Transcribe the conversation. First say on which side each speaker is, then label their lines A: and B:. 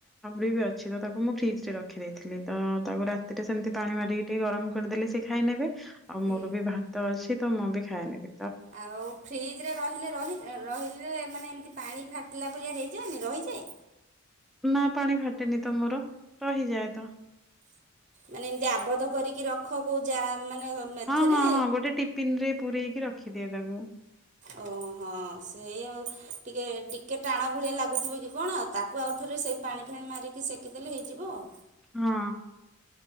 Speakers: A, in the centre; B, on the right.
A: ଅମ୍ବି ବି ଅଛି ତ ତାକୁ ମୁଁ ଫ୍ରିଜ ରେ ରଖିଦେଇଥିଲି ତ ତାକୁ ରାତିରେ ସେମିତି ପାଣି ମାରିକି ଟିକେ ଗରମ କରିଦେଲେ ସେ ଖାଇ ନେବେ ଆଉ
B: ହୁଁ।
A: ମୋର ବି ଭାତ ଅଛି ତ ମୁଁ ବି ଖାଇ ନେବି।
B: ଆଉ ଫ୍ରିଜରେ ରହିଲେ ରହି ରହିଲେ ମାନେ ଏମିତି ପାଣି ଫାଟିଲା ଭଳିଆ ହେଇଯାଏନି ରହିଯାଏ।
A: ନା ପାଣି ଫାଟେନି ତମର ରହିଯାଏ ତ।
B: ମାନେ ଏମତି ଆବଧ କରିକି ରଖ କୋ ଯା ମାନେ ମେଥେରେ
A: ହଁ ହଁ ହଁ ଗୋଟେ ଟିଫିନ୍ ରେ ପୁରେଇକି ରଖିଦିଏ ତାକୁ।
B: ଓହୋ ସେଇ ଆଉ ଟିକେ ଟିକେ ଟାଣ ଭଳିଆ ଲାଗୁଥିବ କି କଣ ଆଉ ତାକୁ ତାକୁ ଆଉ ଥରେ ସେଇ ପାଣି ଫାଣି ମାରିକି ସେକିଦେଲେ ହେଇଯିବ ଆଉ।
A: ହଁ।